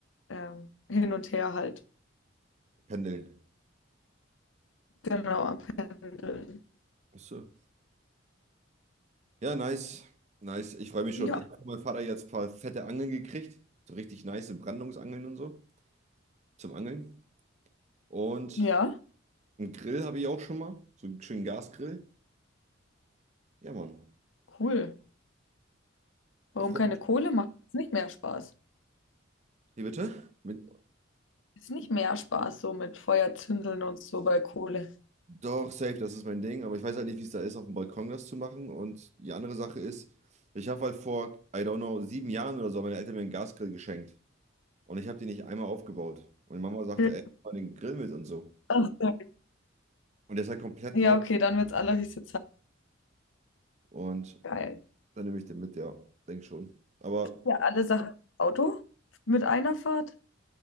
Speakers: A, on the left; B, on the right.
A: Ähm, hin und her halt.
B: Pendeln.
A: Genau, am Pendeln.
B: Achso. Ja, nice. Nice. Ich freue mich schon.
A: Ja,
B: Ich habe von meinem Vater jetzt ein paar fette Angeln gekriegt. So richtig nice Brandungsangeln und so zum Angeln. Und
A: ja,
B: einen Grill habe ich auch schon mal. So einen schönen Gasgrill. Ja, Mann.
A: cool. Warum
B: Da freue
A: keine
B: ich mich.
A: Kohle macht das nicht mehr Spaß?
B: Wie bitte? Mit,
A: Ist nicht mehr Spaß so mit Feuer zündeln und so bei Kohle.
B: doch, safe, das ist mein Ding. Aber ich weiß halt nicht, wie es da ist, auf dem Balkon das zu machen. Und die andere Sache ist, ich habe halt vor, I don't know, sieben Jahren oder so, haben meine Eltern mir einen Gasgrill geschenkt. Und ich habe den nicht einmal aufgebaut. Und Meine Mama sagte,
A: Ja.
B: ey, mach mal den Grill mit und so.
A: Ach, so.
B: Und der ist halt komplett
A: ja,
B: neu.
A: okay, dann wird's alle richtig Zeit
B: Und
A: Geil.
B: Dann nehme ich den mit, ja. Denk schon. Aber
A: Ja, alle Sachen im Auto mit einer Fahrt?